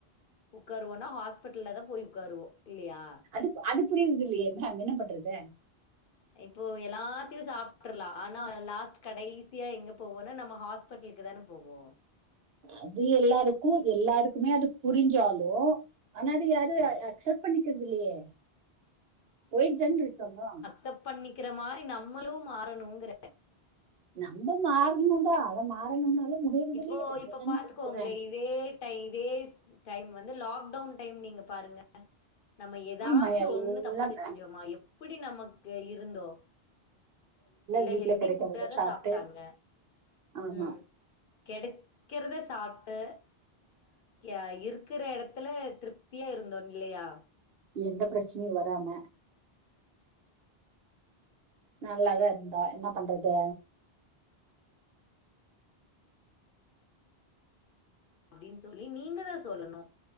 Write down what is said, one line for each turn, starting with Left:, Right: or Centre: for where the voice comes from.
Left: உக்காருவோனா ஹாஸ்பெட்டல்ல தா போய் உக்காருவோ இல்லயா
Right: அதுப் அதுப்புரியர்துல்லியே மேம் என்ன பண்றது
Left: ப்போ எல்லாத்தியு சாப்ட்றலா ஆனா லாஸ்ட் கடைசியா எங்க போவொனா நம்ம ஹாஸ் பட்லுக்கு தான போவோ
Right: அது எல்லாருக்கு எல்லாருக்குமே அது புருஞ்சாலு ஆனா அது யாரு
Left: ம்.
Right: அக்சப்ட் பண்ணிக்கற்துல்லையே போயிட் தான் இருக்கம்மு
Left: சப் பண்ணிக்கிற மாரி நம்மளு மாறணுங்ற
Right: நம்ப மாறணு தா அத மாறணுன்னாலே முடியறதில்லையே
Left: இப்போ
Right: அததான
Left: இப்ப பாத்துக்கோங்களேன்,
Right: பிரச்சன
Left: இதே டைம் இதே ஸ் டைம் வந்து லாக்டவுன் டைம் நீங்க பாருங்க நம்ம எதாச்சு
Right: ஆமா எல்லாம்
Left: ஒண்ணு தப்பு செஞ்சோமா எப்படி நமக்கு இருந்தோ எல்லா
Right: வீட்ல
Left: ஹெல்தி
Right: கெடைக்கறத
Left: ஃபுட்டா தா
Right: சாப்ட்டு
Left: சாப்ட்டாங்க
Right: ஆமா
Left: ம் கெடைக்கிறத சாப்பிட்டு அ இர்க்குற இடத்துல திருப் த்தியா இருந்தோ நில்லையா
Right: எந்த பிரச்சனையு வராம நல்லாதா இருந்தா என்ன பண்றது
Left: அப்டின்னு சொல்லி நீங்க தா சொல்லணு